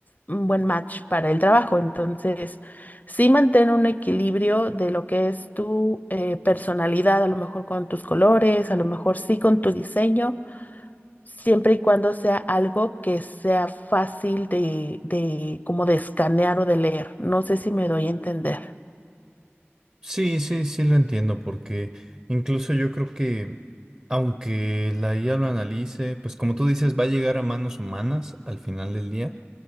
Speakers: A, on the left; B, on the right.
A: un buen match para el trabajo. Entonces, sí mantén un equilibrio de lo que es tu eh, personalidad, a lo mejor con tus colores, a lo mejor sí con tu diseño. Siempre y cuando sea algo que sea fácil de, de como de escanear o de leer. No sé si me doy a entender.
B: Sí, sí, sí lo entiendo, porque incluso yo creo que aunque la IA lo analice, pues como tú dices, va a llegar a manos humanas al final del día.